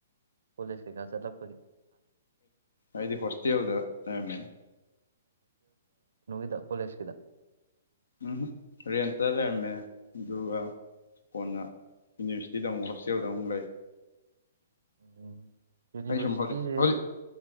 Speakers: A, on the right; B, on the left.
A: ꯀꯣꯂꯤꯁ ꯀꯩꯀꯥ ꯆꯠꯂꯛꯄꯒꯦ
B: ꯑꯩꯗꯤ ꯍꯣꯁꯇꯦꯜꯗ ꯂꯩꯔꯝꯃꯦ
A: ꯗ ꯀꯣꯂꯦꯁ ꯀꯗ
B: ꯎꯝ ꯔꯔꯤꯟꯇꯔꯔꯃꯦ ꯒꯥ ꯀꯣꯟꯅ ꯌꯨꯅꯤꯚꯔꯁꯤꯇꯤꯗ ꯑꯃꯨꯛ ꯍꯣꯁꯇꯦꯜꯗ ꯑꯃꯨꯛ ꯂꯩ
A: ꯎꯝ ꯌꯨꯅꯤꯚꯔꯁꯤꯇꯤꯁꯦ
B: ꯑꯩ ꯁꯨꯝ ꯍꯧꯖꯤꯛ ꯍꯧꯖꯤꯛ